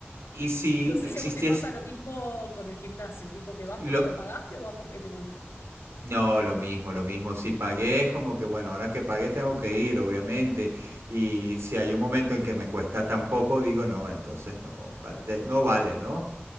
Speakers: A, on the right; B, on the left.
A: Y si
B: No sé
A: existiese
B: si a vos te pasa lo mismo con el gimnasio, tipo que vas
A: lo
B: porque lo pagaste o vas porque te gusta.
A: no, lo mismo, lo mismo. Si pagué es como que bueno, ahora que pagué tengo que ir, obviamente. Y si hay un momento en que me cuesta tan poco, digo no, entonces no, para- de- no vale, ¿no?